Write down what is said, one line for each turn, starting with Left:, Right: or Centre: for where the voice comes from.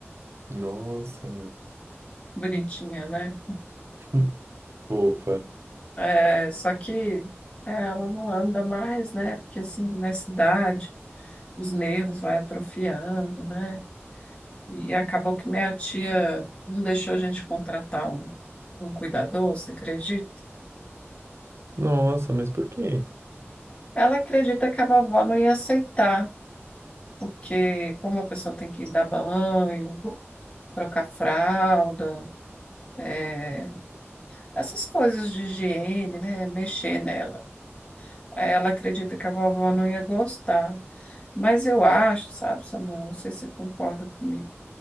Right: Nossa,
Left: Bonitinha, né?
Right: <laughs> fofa.
Left: É, só que é, ela não anda mais, né? Porque assim, nessa idade, os nervos vai atrofiando, né? E acabou que minha tia não deixou a gente contratar um, um cuidador, você acredita?
Right: Nossa, mas por quê?
Left: Ela acredita que a vovó não ia aceitar, porque como a pessoa tem que dar banho, trocar fralda, é, essas coisas de higiene, né, mexer nela. Ela acredita que a vovó não ia gostar. Mas eu acho, sabe, Samuel, não sei se você concorda comigo,